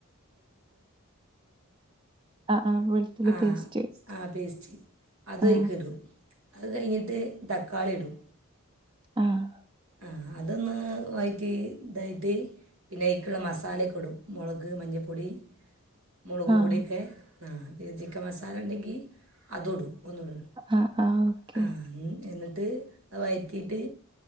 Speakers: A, on the right; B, on the right.
A: ആ വെളുത്തുള്ളി
B: ആ
A: പേസ്റ്റ്
B: ആ പേസ്റ്റ് അതൊഴിക്കിടും
A: ആ
B: അത് കഴിഞ്ഞിട്ട് തക്കാളി ഇടും.
A: ആഹ്.
B: ആ അതൊന്ന് വയറ്റി ഇതായിട്ട് പിന്നെ അതിക്കുള്ള മസാലൊക്കെ ഇടും മൊളക് മഞ്ഞപ്പൊടി മുളക്
A: ആഹ്
B: പൊടിയൊക്കെ ആ പിന്നെ ചിക്കൻ മസാലണ്ടെങ്കിൽ അതും ഇടും ഒന്നൂട
A: ആഹ് ആഹ് ഓക്കെ
B: <inaudible> വയ്റ്റീട്ട്